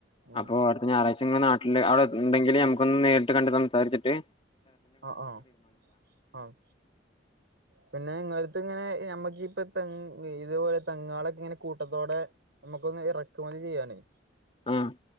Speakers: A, on the right (about 75°); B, on the left (about 30°).
A: ഉം
B: അപ്പോ അടുത്ത ഞാറാഴ്ച നിങ്ങള് നാട്ടില് അവടെ ഇണ്ടെങ്കില് നമുക്കൊന്ന് നേരിട്ട് കണ്ട് സംസാച്ചിട്ട്.
A: അ ആഹ് ആഹ് പിന്നെ ഇങ്ങളെര്ത്ത് ഇങ്ങനെ ഏ നമ്മക്കിപ്പ തെങ്ങ് ഇതേപോലെ തെങ്ങാളൊക്കെ ഇങ്ങനെ കൂട്ടത്തോടെ നമുക്കൊന്ന് ഇറക്കുമതി ചെയ്യാനേ
B: ആഹ്